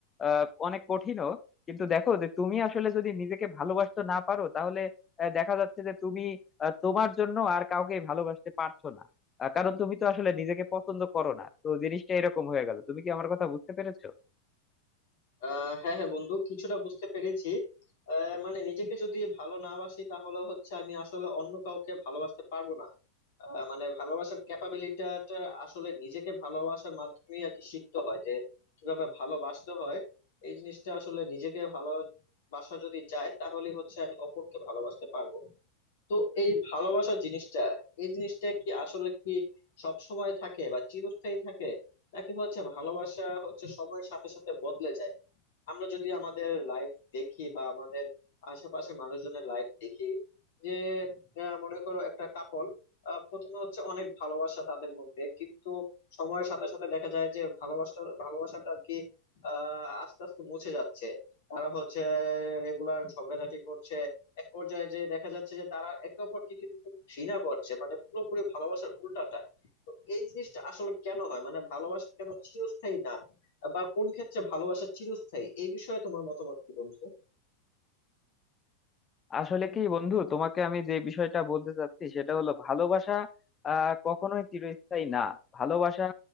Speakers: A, on the left; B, on the left.
A: আহ, অনেক কঠিনও কিন্তু দেখো যে তুমি আসলে যদি নিজেকে ভালোবাসতে না পারো তাহলে আহ, দেখা যাচ্ছে যে তুমি আহ, তোমার জন্য আর কাউকে ভালোবাসতে পারছো না আহ, কারণ তুমি তো আসলে নিজেকে পছন্দ করো না তো জিনিসটা এরকম হয়ে গেল তুমি কি আমার কথা বুঝতে পেরেছো
B: আহ হ্যাঁ হ্যাঁ বন্ধু কিছুটা বুঝতে পেরেছি আহ মানে নিজেকে যদি ভালো না বাসি তাহলে হচ্ছে আমি আসলে অন্য কাউকে ভালোবাসতে পারবো না আহ মানে ভালোবাসার ক্যাপাবিলিটিটা আসলে নিজেকে ভালোবাসার মাধ্যমে আর কি শিখতে হয় যে কিভাবে ভালোবাসতে হয় এই জিনিসটা আসলে নিজেকে ভালোবাসা যদি যায় তাহলে হচ্ছে আমি অপরকে ভালোবাসতে পারবো তো এই ভালোবাসা জিনিসটা এই জিনিসটা কি আসলে কি সব সময় থাকে বা চিরস্থায়ী থাকে নাকি হচ্ছে ভালোবাসা হচ্ছে সময়ের সাথে সাথে বদলে যায় আমরা যদি আমাদের লাইফ দেখি বা আমাদের আশেপাশে মানুষজনের লাইফ দেখি যে আহ, মনে করো একটা কাপল প্রথমে হচ্ছে অনেক ভালোবাসা তাদের মধ্যে কিন্তু সময়ের সাথে সাথে দেখা যায় যে ভালোবাসা ভালোবাসাটা আর কি আহ আস্তে আস্তে মুছে যাচ্ছে তারা হচ্ছে রেগুলার ঝগড়াঝাটি করছে এক পর্যায়ে যে দেখা যাচ্ছে যে তারা একে অপরকে কিন্তু ঘৃণা করছে মানে পুরোপুরি ভালোবাসার উল্টাটা তো এই জিনিসটা আসলে কেন হয় মানে ভালোবাসা কেন চিরস্থায়ী না বা কোন ক্ষেত্রে ভালোবাসা চিরস্থায়ী এই বিষয়ে তোমার মতামত কি বন্ধু
A: আসলে কি বন্ধু তোমাকে আমি যে বিষয়টা বলতে চাচ্ছি সেটা হলো ভালোবাসা আহ কখনোই চিরস্থায়ী না ভালোবাসা